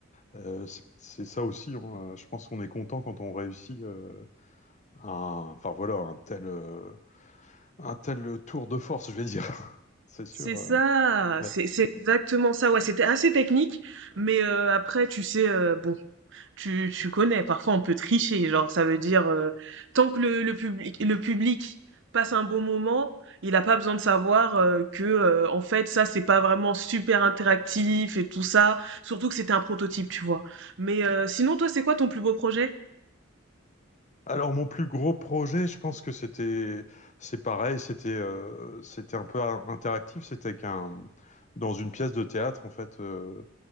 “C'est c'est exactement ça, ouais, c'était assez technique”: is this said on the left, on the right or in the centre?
Right